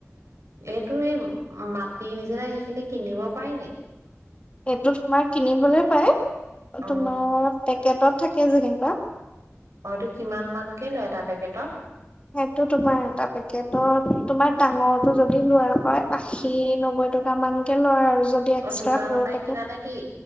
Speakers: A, on the right; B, on the left.
A: এইটো এই মাটি নিচিনা সেইখিনি কিনিব পাৰি নি
B: এইটো তোমাৰ কিনিবলৈ পাও।
A: অ
B: তোমাৰ পেকেটত থাকে যেনিবা
A: অ‌, এইটো কিমান মানকে ল‌ই এটা পেকেটত?
B: সেইটো তোমাৰ এটা পেকেটত তোমাৰ ডাঙৰটো যদি লোৱা হয় আশী নব্বৈ টকা মান কে লয় আৰু যদি এক্সট্ৰা
A: অ দোকানৰ
B: সৰু
A: পৰাই
B: পকেট,
A: কিনা নে কি